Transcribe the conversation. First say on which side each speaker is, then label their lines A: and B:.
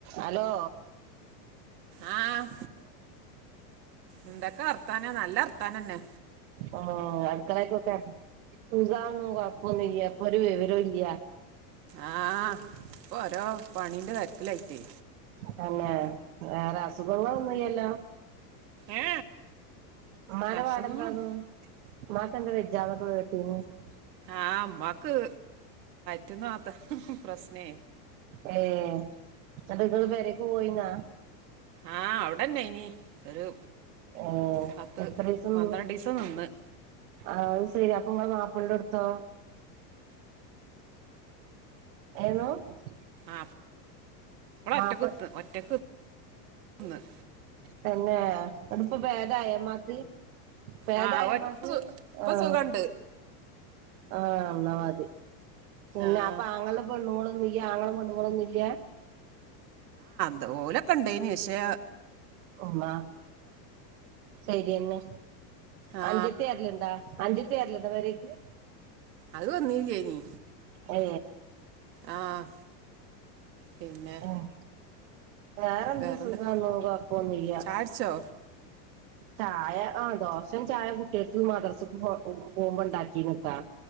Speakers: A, on the right (about 60°); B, on the right (about 80°).
A: Hello
B: ആഹ് എന്തൊക്കെ വർത്താനാ നല്ല വർത്താ നന്നെ
A: ആഹ് അട്ക്കളേക്കോക്കെ <unintelligible> കൊഴപ്പം ഒന്നുല ഇപ്പോ ഒര് വിവരം ഇല്ല്യാ
B: ആഹ് ഇപ്പൊ ഓരോ പണീന്റെ തേരക്കിലായിട്ടേ
A: തന്നെ വേറെ അസുഖങ്ങള് ഒന്നും ഇല്ലാ അല്ലോ
B: ഏ
A: ഉമ്മാൻ്റെ
B: അസുഖങ്ങളും
A: <unintelligible> ഉമ്മാക്കെന്താ വെജജാലക്ക. <unintelligible>
B: ആ അമ്മക്ക് <unintelligible> പ്രശ്നേ
A: ഏഹ് എന്നിട്ട് നിങ്ങള് പെരേക്ക് പോയിനാ.
B: ആഹ് അവിടന്നെ ഇനി ഒരു
A: ഏഹ്
B: പത്ത്
A: എത്ര ദിവസം
B: പന്ത്രണ്ട്
A: നിന്ന്.
B: ദിവസം നിന്ന്
A: ആഹ് ശെരി അപ്പൊ ഇങ്ങളെ മാപ്പിളടടുത്തോ? <unintelligible>
B: ആഹ് അപ്പളാ
A: മാപ്പ
B: ഒറ്റ <unintelligible>
A: പിന്നെ അടുപ്പ ഭേദയ മ്മാക്ക്. ഭേദയമ്മാക്ക്
B: ആ ഒറ്റ സു- ഇപ്പൊ
A: ആഹ്.
B: സുഖണ്ട്
A: ആഹ് ഒന്നാ മതി. പിന്നെ
B: ആ
A: അപ്പൊ അങ്ങളുടെ പെണ്ണുടെ ആങ്ങളെ പണ്ടപോളൊന്ന ഇല്ല
B: അത്പോലൊക്ക ഉണ്ടേനി പക്ഷേ
A: ഓമാ ശരിയന്ന്
B: ആ
A: അഞ്ചതി ആരെലുണ്ടാ അഞ്ചത്തേരല്ലട വരക്ക്
B: അത് വന്നീചേനി.
A: ഏ
B: ആഹ് പിന്നെ.
A: ഏഹ് വേറെന്ത്
B: വേറെന്താ
A: സുഖം നോവാക്കോന്നില്ല.
B: ചാടിച്ചോ
A: ചായ ആഹ് ദോശം ചായ കുട്ടികക്ക് മദർത്തിക്ക് പോകുമ്പോ ഉണ്ടാക്കിന്നട്ടാ.